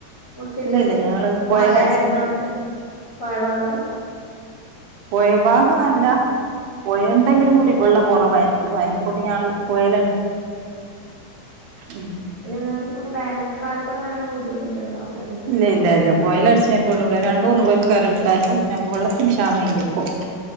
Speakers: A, on the left; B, on the right.
A: മുട്ടില്ലല്ലോ
B: ഇല്ല ഇല്ല ഞങ്ങള് കൊയലടിച്ച്
A: മഴയായതുകൊണ്ട് പൊയഭാഗത
B: പൊയഭാഗം അല്ല പൊയ ഉണ്ടെങ്കിലും കൂടി വെള്ളം കുറവായിരിക്കും. അതിനെക്കൂടി ഞങ്ങള് പൊയേലടിച്ച് ഉം.
A: ന് വേനൽക്കാലത്തൊന്നും അങ്ങനെ ബുദ്ധിമുട്ടുണ്ടാവൂല്ല അല്ലേ?
B: ഇല്ല ഇല്ല ഇല്ല പൊയേല് അടിച്ച ഞങ്ങക്ക് ഇവിടെ രണ്ടു മൂന്ന് പൊരക്കാര് എടുത്താലും ഞങ്ങക്ക് വെള്ളത്തിന് ക്ഷാമ ഇല്ല ഇപ്പൊ.